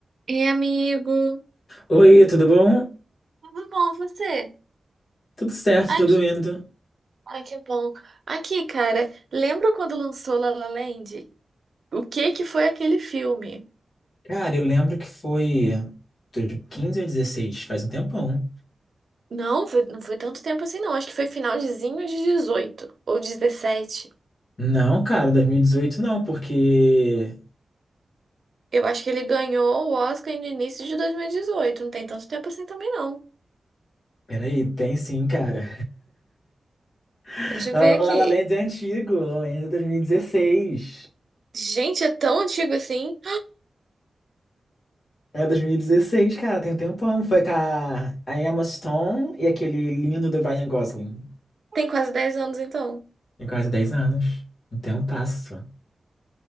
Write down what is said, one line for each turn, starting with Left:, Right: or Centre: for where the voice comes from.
Right: Ei, amigo.
Left: Oi, tudo bom?
Right: Tudo bom, você?
Left: Tudo certo,
Right: Aqui,
Left: tudo indo.
Right: Ai, que bom. Aqui, cara, lembra quando lançou La La Land? O que que foi aquele filme?
Left: Cara, eu lembro que foi 2015 ou dezesseis, faz um tempão.
Right: Não, foi- não foi tanto tempo assim, não. Acho que foi finalzinho de 18 ou 17.
Left: Não, cara, 2018 não, porque...
Right: Eu acho que ele ganhou o Oscar no início de 2018. Não tem tanto tempo assim também, não.
Left: Peraí, tem sim, cara. <laughs>
Right: Deixa eu
Left: La
Right: ver aqui.
Left: La Land é antigo, La La Land é 2016.
Right: Gente, é tão antigo assim.
Left: É 2016, cara, tem um tempão. Foi com a, a Emma Stone e aquele lindo do Ryan Gosling.
Right: Tem quase 10 anos, então.
Left: Tem quase 10 anos. Não tem um passo.